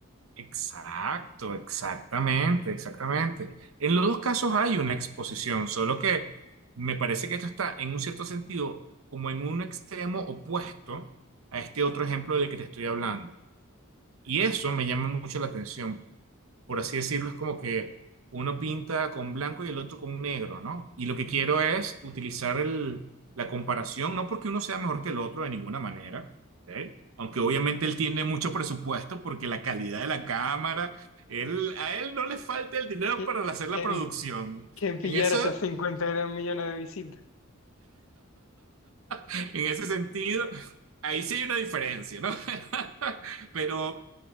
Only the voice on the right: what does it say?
Exacto, exactamente, exactamente. En los dos casos hay una exposición, solo que me parece que esto está en un cierto sentido como en un extremo opuesto a este otro ejemplo del que te estoy hablando. Y eso me llama mucho la atención por así decirlo, es como que uno pinta con blanco y el otro con negro, ¿no? Y lo que quiero es utilizar el- la comparación, no porque uno sea mejor que el otro de ninguna manera, ¿ok? Aunque obviamente él tiene mucho presupuesto porque la calidad de la cámara, él, a él no le falta el dinero
para hacer
la producción.
En eso
En ese sentido, ahí sí hay una diferencia, ¿no? <laughs> Pero